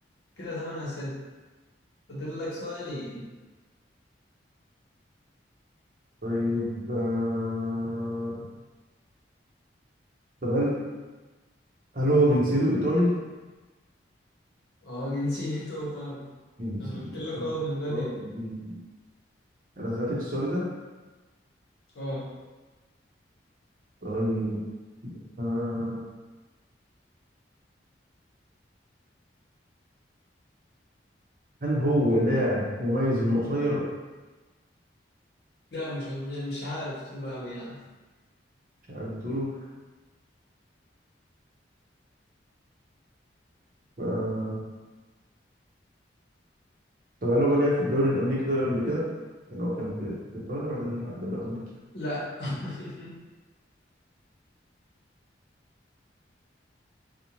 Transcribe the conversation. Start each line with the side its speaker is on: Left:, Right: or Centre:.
Left: كده ثمان أسئلة فاضل لك سؤالين
Right: طيب آه. طب هل هل هو جنسيته ايطالي؟
Left: اه جنسيته إيطالي
Right: مين
Left: أنا
Right: سيدي؟
Left: قلت لك اه من بدري
Right: آه، مين؟ أنا سألتك السؤال ده
Left: اه
Right: طيب آه. هل هو لاعب مميز إنه قصير؟
Left: لا مش مش عارف طول أوي يعني
Right: مش عارف تقوله آه. طب هل هو لعب في الدوري الأمريكي ده قبل كده؟ يعني هو كان في في الدوري بعدين راح الدوري الأمريكي
Left: لا <laughs>